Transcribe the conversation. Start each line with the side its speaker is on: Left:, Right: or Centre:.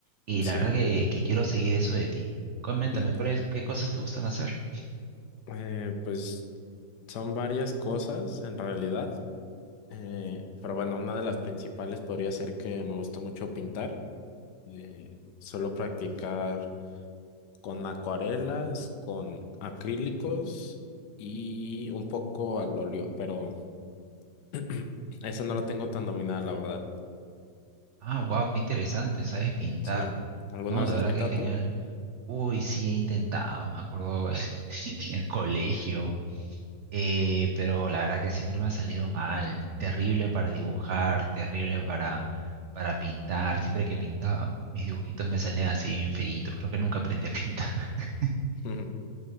Right: y
Left: Sí.
Right: la verdad que, que quiero seguir eso de ti. Coméntame,
Left: Mm.
Right: ¿cuáles, qué cosas te gustan hacer?
Left: Eh, pues son varias cosas en realidad, eh, pero bueno, una de las principales podría ser que me gusta mucho pintar. Eh, suelo practicar con acuarelas, con acrílicos y un poco al óleo, pero <clears throat> esa no la tengo tan dominada, la verdad.
Right: Ah, wow, qué interesante, sabes pintar.
Left: Sí. ¿Alguna
Right: No,
Left: vez
Right: de
Left: has
Right: verdad
Left: pintado
Right: que genial.
Left: tú?
Right: Uy, sí, he intentado, me acuerdo <laughs> en el colegio, eh, pero la verdad que siempre me ha salido mal. Terrible para dibujar, terrible para, para pintar. Siempre que pintaba, mis dibujitos me salían así bien feitos. Creo que nunca aprendí a pintar. <laughs>
Left: <laughs>